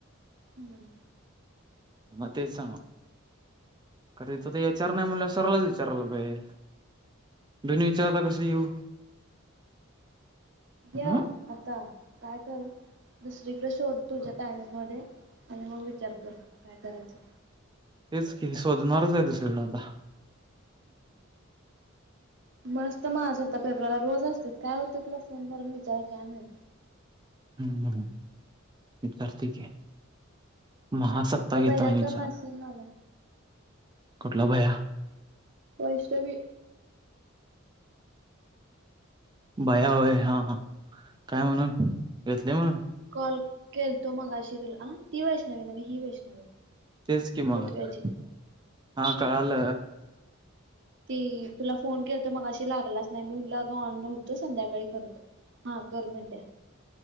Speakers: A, on the right (about 60°); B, on the right (about 20°).
A: हम्म.
B: म, ते तेच सांग कारर तिथ ते एच र नाही म्हंटल्यावर सरालाच विचारयला पाहिजे. बिन विचारता कसं येऊ?
A: या
B: हं
A: आता काय कर दुसरीकडे शोध तुझ्या टायमिगमध्ये आणि मग विचार कर काय करायचं.
B: तेच की शोधणारच आहे दुसरी कडे आता.
A: मस्त महासत्ता पेप्रला रोज असत्यात काय होतय, तुला फोनकरून विचारायला काय माहित.
B: हम्म हम्म. विचारतो की महास आता
A: त्या
B: घेतो
A: भैयाचा
B: आहे विचार.
A: मेसेज आला
B: कुठला भया?
A: वैष्णवि
B: भया वय हा हा काय म्हणून घेतलय म्हणून
A: कॉल केलतो मगाशी तुला ती वैष्णवी नवे ही वैष्णवी.
B: तेच कि मग
A: पृथ्व्याची
B: हा कळाल.
A: ती तुला फोन केलतो मगशी लागलाच नाही मी म्हणलं अगं ऑन नव्हतो संध्याकाळी करतो. हा कर म्हणल्या.